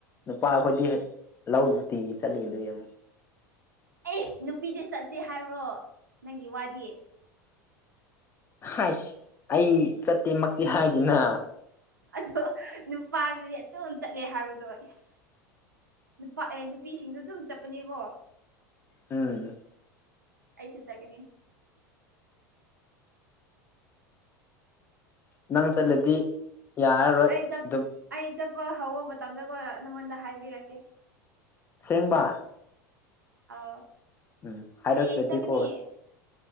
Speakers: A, on the left (about 25°); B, on the right (about 75°).
A: ꯅꯨꯄꯥ ꯑꯩꯈꯣꯏꯗꯤꯦꯛ ꯂꯧ ꯅꯨꯡꯇꯤꯒꯤ ꯆꯠꯂꯤ ꯑꯗꯨꯣ ꯌꯦꯡꯉꯣ
B: ꯑꯩꯁ ꯅꯨꯄꯤꯗꯤ ꯆꯠꯇꯦ ꯍꯥꯏꯕ꯭ꯔꯣ ꯅꯪꯒꯤ ꯋꯥꯗꯤ
A: ꯍꯥꯏꯁ ꯑꯩ ꯆꯠꯇꯦꯃꯛꯇꯤ ꯍꯥꯏꯗꯅ
B: ꯑꯣ ꯅꯨꯄꯥꯒꯤꯗꯤ ꯑꯇꯝ ꯆꯠꯂꯦ ꯍꯥꯏꯕꯗꯣ ꯏꯁ ꯅꯨꯄꯥ ꯑꯦ ꯅꯨꯄꯤꯁꯤꯡꯗꯣ ꯑꯗꯨꯝ ꯆꯠꯄꯅꯦꯀꯣ
A: ꯎꯝ
B: ꯑꯩꯁꯤ ꯆꯒꯅꯤ
A: ꯅꯪ ꯆꯠꯂꯗꯤ ꯌꯥꯔꯔꯣꯏ
B: ꯑꯩ ꯆꯠ
A: ꯑꯗꯨꯝ
B: ꯑꯩ ꯆꯠꯄ ꯍꯧꯕ ꯃꯇꯝꯗꯒ ꯅꯪꯉꯣꯟꯗ ꯍꯥꯏꯕꯤꯔꯛꯀꯦ
A: ꯑꯁꯦꯡꯕ
B: ꯑ
A: ꯎꯝ ꯍꯥꯏꯔꯛꯇ꯭ꯔꯗꯤꯀꯣ
B: ꯍꯌꯦ ꯆꯒꯅꯤ